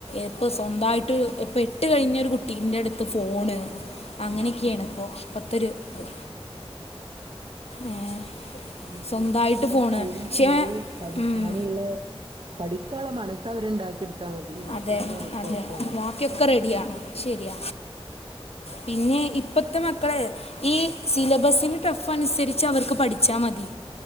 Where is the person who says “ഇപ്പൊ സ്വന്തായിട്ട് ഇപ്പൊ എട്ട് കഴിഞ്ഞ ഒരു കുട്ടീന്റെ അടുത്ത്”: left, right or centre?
Left